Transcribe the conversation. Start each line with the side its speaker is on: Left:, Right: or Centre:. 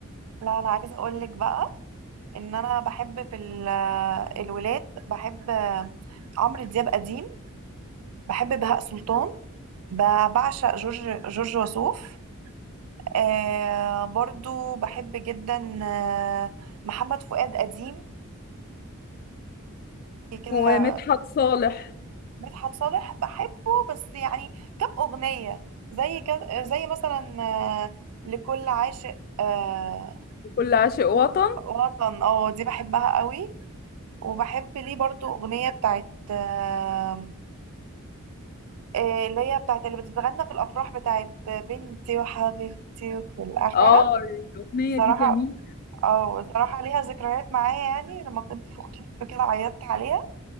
Right: لا انا عايزه اقول لك بقى ان انا بحب في ال- الولاد بحب عمرو دياب قديم بحب بهاء سلطان ب- بعشق جورج جورج وسوف آه برضو بحب جدا آه، محمد فؤاد قديم كده
Left: ومدحت صالح
Right: مدحت صالح بحبه بس يعني كم أغنية زي كده زي مثلا آه، لكل عاشق آه،
Left: كل عاشق وطن
Right: وطن اه دي بحبها قوي وبحب ليه برضو أغنية بتاعت آه، آه، اللي هي بتاعت اللي بتتغنى في الأفراح بتاعت بنتي وحبيبتي وكل عارفاها
Left: اه الأغنية
Right: بصراحة
Left: دي جميلة
Right: اه بصراحة ليها ذكريات معايا يعني لما كنت في خطوبتي كده عيطت عليها